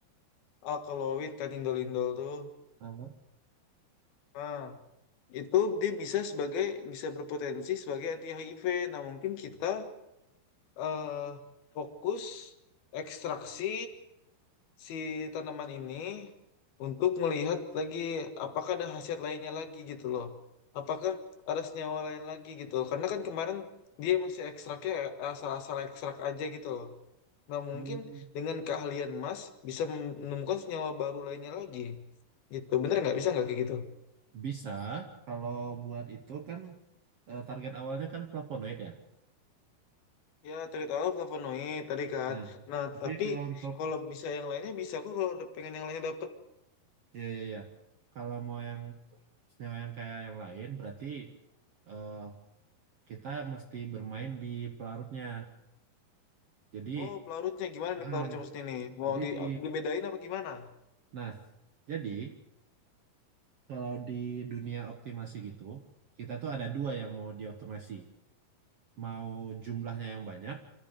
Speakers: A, on the left; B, on the right.
A: alkaloid kan indol indol tuh.
B: Uh,
A: Nah, itu dia bisa sebagai bisa berpotensi sebagai anti HIV. Nah, mungkin kita eh fokus ekstraksi si tanaman ini untuk melihat lagi apakah ada khasiat lainnya lagi gitu loh. Apakah ada senyawa lain lagi gitu loh. Karena kan kemarin dia masih ekstraknya asal-asal ekstrak aja gitu loh. Nah mungkin
B: hmm,
A: dengan keahlian Mas bisa menemukan senyawa baru lainnya lagi. Gitu. Bener nggak? Bisa nggak kayak gitu?
B: Bisa, kalau buat itu kan eh, target awalnya kan flavonoid ya.
A: Ya, terutama flavonoid tadi kan.
B: Nah,
A: Nah,
B: tapi
A: tapi
B: kalau untuk
A: kalau bisa yang lainnya bisa aku kalau pengen yang lainnya dapet.
B: ya ya ya, kalau mau yang senyawa yang kayak yang lain berarti eh, kita mesti bermain di pelarutnya. Jadi,
A: Oh, pelarutnya gimana nih
B: ah,
A: pelarutnya maksudnya nih? Mau
B: jadi
A: di,
B: di
A: dibedain apa gimana?
B: nah, jadi kalau di dunia optimasi gitu, kita tuh ada dua yang mau dioptimasi. Mau jumlahnya yang banyak